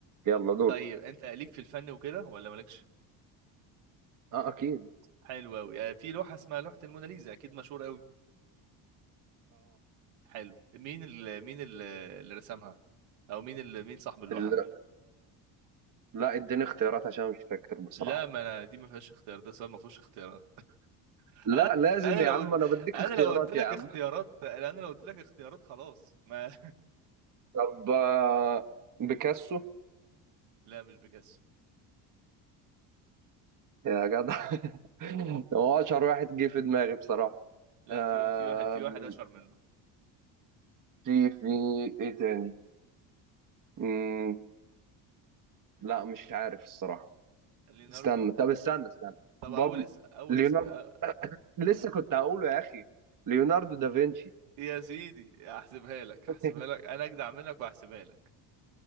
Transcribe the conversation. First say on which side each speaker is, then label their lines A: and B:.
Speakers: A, on the right (about 40°); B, on the right (about 80°).
A: يلا دور
B: طيب انت ليك في الفن وكده ولا مالكش
A: اه اكيد
B: حلو قوي في لوحة اسمها لوحة الموناليزا اكيد مشهور قوي حلو مين ال... مين ال- اللي رسمها او مين ال... مين صاحب اللوحة
A: اه لا اديني اختيارات عشان مش فاكر بصراحة
B: لا ما انا دي ما فيهاش اختيار ده سؤال ما فيهوش اختيارات <laughs>
A: لا
B: انا
A: لازم
B: انا
A: يا
B: لو
A: عم
B: قلت
A: انا بديك
B: انا
A: اختيارات
B: لو قلت لك
A: يا عم
B: اختيارات انا لو قلت لك اختيارات خلاص ما <laughs>
A: طب آه، بيكاسو
B: لا مش بيكاسو
A: يا جدع <laughs> هو اشهر واحد جه في دماغي بصراحة
B: لا
A: آم،
B: في وا- في واحد في واحد اشهر منه
A: في في ايه تاني مم، لا مش عارف الصراحة
B: ليناردو
A: استنى طب استنى استنى
B: طب
A: بابل
B: اول اسم اول
A: ليوناردو
B: اسم أ-
A: <laughs> لسه كنت هقوله يا اخي ليوناردو دافنشي
B: يا سيدي هحسبها لك
A: <laughs>
B: هحسبها لك انا اجدع منك وهحسبها لك